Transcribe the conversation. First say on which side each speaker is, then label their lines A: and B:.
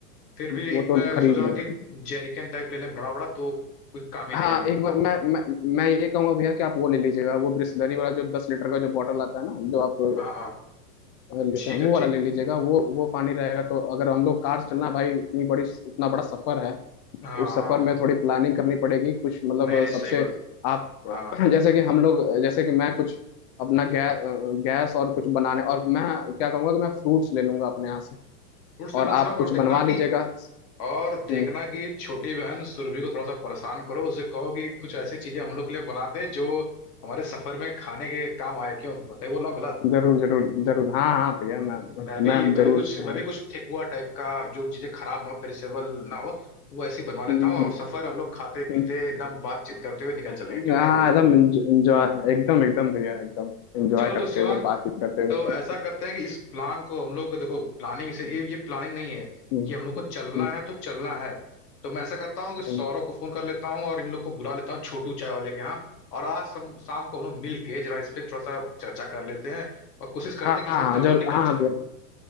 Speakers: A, on the left; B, on the left.
A: फिर भी एक
B: वो तो
A: मैं
B: खरीद
A: सोच रहा
B: लेंगे
A: हूँ कि जेरिकन टाइप ले लें बड़ा बड़ा तो कुछ काम ही
B: हाँ
A: देगा हम लोग
B: एक बार
A: को
B: मैं मैं, मैं ये कहूंगा भैया कि आप वो ले लीजिएगा वो ब्रिसलरी वाला जो दस लीटर का जो बॉटल आता है ना जो आप अ,
A: हाँ हाँ
B: लेते
A: ठीक
B: हैं वो
A: है
B: वाला
A: ठीक
B: ले लीजिएगा वो वो पानी रहेगा तो अगर हम लोग कार से चलना भाई इतनी बड़ी इतना बड़ा सफर है
A: हाँ
B: उस सफर में थोड़ी प्लानिंग करनी पड़ेगी कुछ मतलब
A: नहीं नहीं
B: अ, सबसे
A: सही बात
B: आप
A: हाँ
B: <clears throat> जैसे कि हम लोग जैसे कि मैं कुछ अपना गै, अ, गैस और कुछ बनाने और मैं क्या करूंगा कि मैं फ्रूट्स ले लूंगा अपने यहाँ से
A: फूड सिग्नल
B: और
A: शिवांग
B: आप कुछ
A: और और देखना
B: बनवा
A: कि
B: लीजिएगा
A: और देखना
B: हम्म,
A: कि छोटी बहन सुरभि को थोड़ा सा परेशान करो उसे कहो कि कुछ ऐसी चीजें हम लोग के लिए बना दे जो हमारे सफर में खाने के काम आए क्यों बताइए बोल रहा हूँ गलत
B: जरूर जरूर जरूर हाँ हाँ भैया
A: हम्म,
B: मैं
A: मैं भी
B: मैं
A: मैं
B: जरूर
A: भी कुछ मैं
B: आऊँ
A: भी कुछ ठेकुआ टाइप का जो चीजें खराब ना हो पेरिसेबल ना हो वो ऐसी बनवा लेता
B: हम्म,
A: हूँ और सफर हम लोग खाते
B: हम्म।
A: पीते एकदम बातचीत करते हुए निकल चलेंगे क्यों
B: हाँ
A: क्या बोलते
B: एकदम
A: हो
B: एंजॉय एकदम एकदम भैया एकदम एंजॉय
A: चलो
B: करते
A: तो शिवांक
B: हुए बातचीत करते हुए
A: तो ऐसा करते हैं कि इस प्लान को हम लोग देखो प्लानिंग से ये ये प्लानिंग नहीं है
B: हम्म,
A: ये हम लोग को चलना
B: हम्म,
A: है तो चलना है तो मैं ऐसा करता हूँ कि सौरभ
B: हम्म।
A: को फोन कर लेता हूँ और इन लोग को बुला लेता हूँ छोटू चाय वाले के यहाँ और आज सम, शाम को हम लोग मिल के जरा इस पे थोड़ा सा चर्चा कर लेते हैं और कोशिश करते
B: हाँ
A: हैं कि
B: हाँ
A: इस हफ्ते
B: हाँ,
A: हम
B: जरूर
A: लोग निकल
B: हाँ
A: चले
B: हाँ भैया